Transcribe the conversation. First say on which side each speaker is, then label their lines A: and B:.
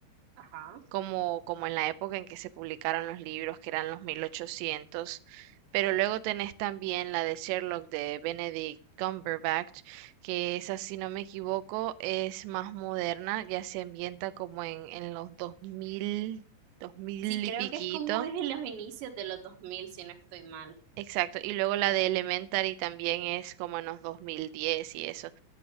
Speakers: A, on the right; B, on the right.
A: Ajá.
B: como, como en la época en que se publicaron los libros, que eran los mil ochocientos pero luego tenés también la de Sherlock de Benedict Cumberbatch, que esa, si no me equivoco, es más moderna, ya se ambienta como en, en los dos mil dos mil
A: Sí, creo
B: y piquito.
A: que es como es en los inicios de los 2000 si no estoy mal.
B: Exacto, y luego la de Elementary también es como en los 2010 y eso.